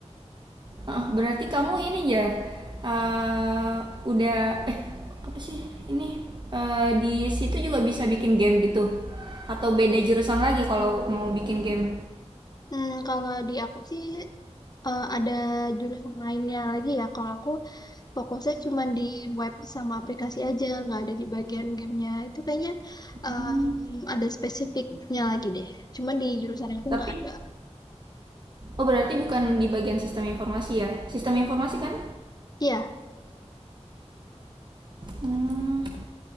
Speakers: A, on the right (about 40°); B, on the left (about 35°).
A: Heeh, berarti kamu ini ya eh, udah eh apa sih ini Eh, di situ juga bisa bikin game gitu atau beda jurusan lagi kalau mau bikin game.
B: Hmm, kalau di aku sih eh, ada jurusan lainnya lagi ya. Kalau aku Fokusnya cuma di web sama aplikasi aja, nggak ada di bagian gamenya. Itu kayaknya
A: Mmm,
B: em, ada spesifiknya lagi deh. Cuman di jurusan aku
A: tapi
B: nggak ada.
A: oh berarti bukan di bagian sistem informasi ya? Sistem informasi kan?
B: Iya.
A: Mmm,